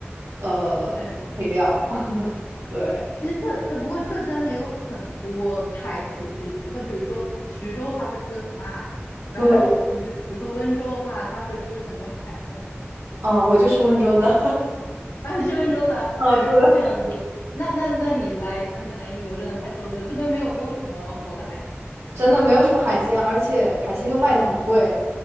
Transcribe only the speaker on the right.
呃，
配料。<laughs> 对
对，
啊、我就是温州的，<laughs>
啊，对，
真的没有什么海鲜，而且海鲜又卖的很贵，